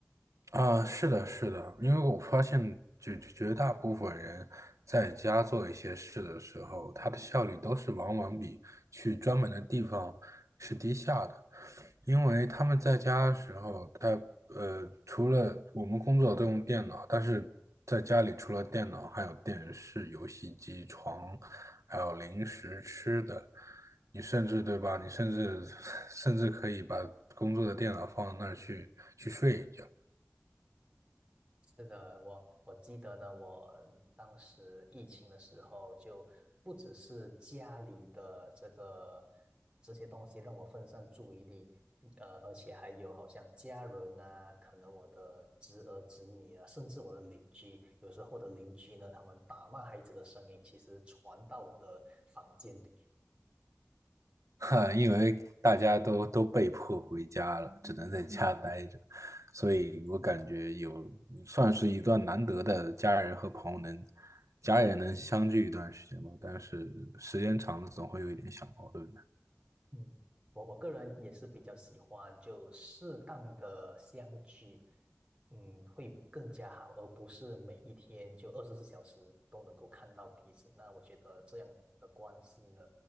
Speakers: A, on the right; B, on the right.
A: 啊，是的，是的，因为我发现绝绝大部分人在家做一些事的时候，他的效率都是往往比去专门的地方是低下的，因为他们在家的时候，他呃，除了我们工作都用电脑，但是在家里除了电脑，还有电视、游戏机、床，还有零食吃的，你甚至对吧？你甚至 <laughs> 甚至可以把工作的电脑放到那儿去去睡一觉。
B: 是的，我我记得呢，我当时疫情的时候，就不只是家里的这个这些东西让我分散注意力，呃，而且还有好像家人啊，可能我的侄儿侄女啊，甚至我的邻居，有时候我的邻居呢，他们打骂孩子的声音，其实传到我的房间里。
A: <laughs> 哈，因为大家都都被迫回家了，只能在家待着，所以我感觉有算是一段难得的家人和朋友能家人能相聚一段时间吧。但是时间长了，总会有一点小矛盾的。
B: 嗯，我我个人也是比较喜欢就适当的相聚，嗯，会更加好，而不是每一天就二十四小时都能够看到彼此。那我觉得这样的关系呢，